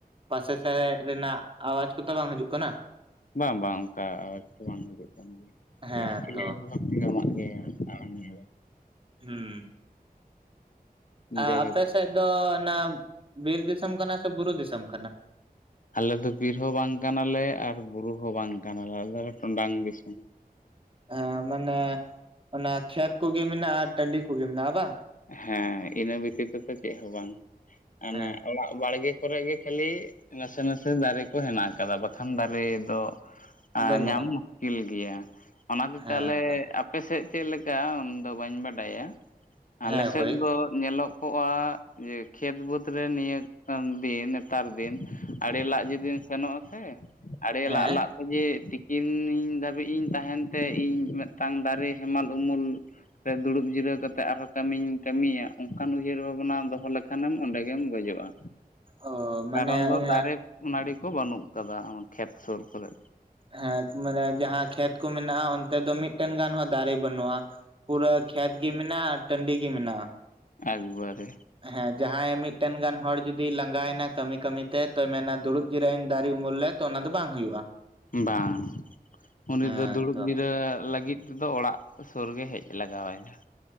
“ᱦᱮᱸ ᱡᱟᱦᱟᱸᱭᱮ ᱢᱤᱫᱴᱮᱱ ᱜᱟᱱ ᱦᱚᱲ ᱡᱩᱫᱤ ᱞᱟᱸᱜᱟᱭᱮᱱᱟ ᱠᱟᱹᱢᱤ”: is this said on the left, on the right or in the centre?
Right